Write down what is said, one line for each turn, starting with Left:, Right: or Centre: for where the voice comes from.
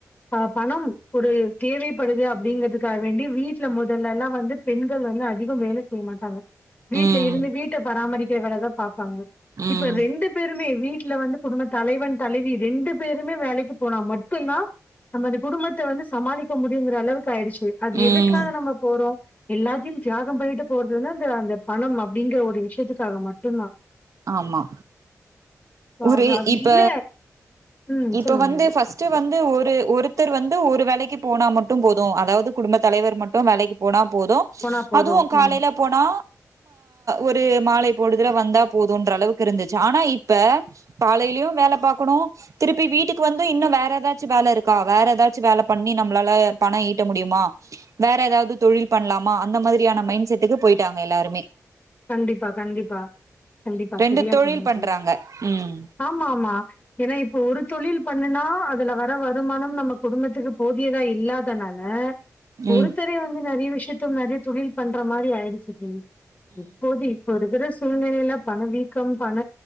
Left: அஹ பணம் ஒரு தேவைப்படுது அப்டின்றதுக்காக வேண்டி வீட்டுல முதல்ல எல்லாம் வந்து பெண்கள் வந்து அதிகம் வேலை செய்ய மாட்டாங்க வீட்டு்ல
Right: ம்
Left: இருந்து வீட்டை பராமரிக் ருக்கர வேலை தான் பாப்பாங்க
Right: ம்
Left: இப்பரெண்டு பேருமே வீட்டு வீட்ல வந்து குடும்ப தலைவன் தலைவி ரெண்டு ரெண்டு பேரும் வேலைக்கு போனா மட்டும் தான் நாம அந்த குடும்பத்தை வந்து சமாளிக்க முடியும் அளவுக்கு ஆயிடுச்சு அது
Right: ம்
Left: எதுக்காக நம்ம போறோம் எல்லாத்தையும் தியாகம் பண்ணிட்டு போறதுன்னாது இந்த அந்த பணம் அப்படிங்கிற ஒரு விஷயத்துக்காக மட்டும்தான்
Right: ஆமா
Left: சோ
Right: ஒரு
Left: அது அது
Right: இப்ப
Left: இல்ல ம்
Right: இப்ப
Left: சொல்லுங்க
Right: வந்து
Left: மேடம்.
Right: பஸ்ட் வந்து ஒரு ஒருத்தர் வந்து ஒரு வேலைக்கு போனா மட்டும் போதும் அதாவது குடும்ப தலைவர் மட்டும் வேலைக்கு போனா போதும்
Left: போனா போதும்.
Right: அதுவும் காலைல
Left: ம்.
Right: போனா ஒரு மாலை பொழுதுல வந்தா போதும்யின்ற அளவுக்கு இருந்துச்சு ஆனா இப்ப இப்ப காலையிலயும் வேலை பார்க்கணும் திருப்பி வீட்டுக்கு வந்து இன்னும் வேற ஏதாச்சும் வேலை இருக்கா வேற ஏதாச்சும் வேலை பண்ணி நம்மளால பணம் ஈட்ட முடியுமா வேற ஏதாவது தொழில் பண்ணலாமா அந்த மாதிரியான மைண்ட் செட்டுக்கு போயிட்டாங்க எல்லாருமே
Left: கண்டிப்பா கண்டிப்பா கண்டிப்பா
Right: ரெண்டு
Left: சரியா
Right: தொழில்
Left: சொன்னிங்க
Right: பண்றாங்க
Left: தோழி
Right: ம்
Left: ஆமா ஆமா ஏன்னா இப்போ ஒரு தொழில் பண்ணுனா அதுல வர வரு மானம் நம்ம குடும்பத்துக்கு போது புதியதா இல்லாதனால ஒருத்தர
Right: ம்
Left: வந்து நிறைய விஷயம் த்தும் தொழில் பண்ற மாரி ஆயிடுச்சு புத்து ம் போதி பொடுகரஸ் சூழ்நிலையில பணவீக்கம் பண